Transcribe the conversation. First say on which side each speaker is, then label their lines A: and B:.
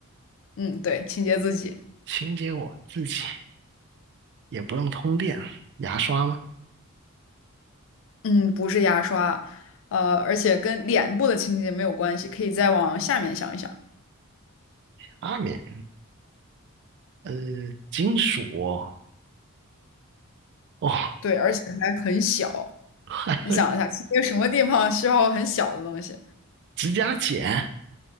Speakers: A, on the left; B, on the right.
A: 嗯，对，清洁自己。
B: 清洁我自己也不用通电，牙刷吗？
A: 嗯，不是牙刷，呃，而且跟脸部的清洁没有关系，可以再往下面想一想。
B: 阿敏，呃，金属哦，哦
A: 对，而且还很小，
B: <laughs> 还有
A: 你想一下，清洁什么地方需要很小的东西？
B: 指甲剪